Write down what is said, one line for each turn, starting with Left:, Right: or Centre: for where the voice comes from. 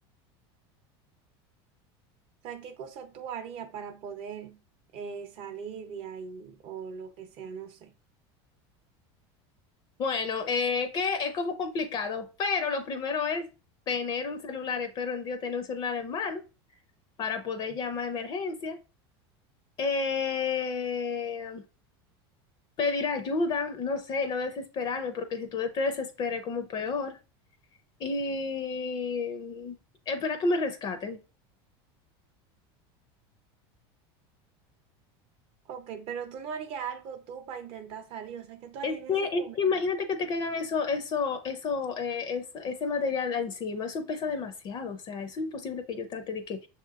Right: sea, ¿qué cosa tú harías para poder eh, salir de ahí o lo que sea, no sé?
Left: Bueno, eh, que es como complicado, pero lo primero es tener un celular, espero en Dios tener un celular en mano para poder llamar a emergencia, Eh, pedir ayuda, no sé, no desesperarme, porque si tú te desesperas es como peor, y esperar que me rescaten.
Right: Ok, pero tú no harías algo tú para intentar salir, o sea, ¿qué tú harías
Left: Es
Right: en
Left: que,
Right: ese momento?
Left: es que imagínate que te caigan eso, eso, eso, eh, es- ese material encima, eso pesa demasiado, o sea, eso es imposible que yo trate de que,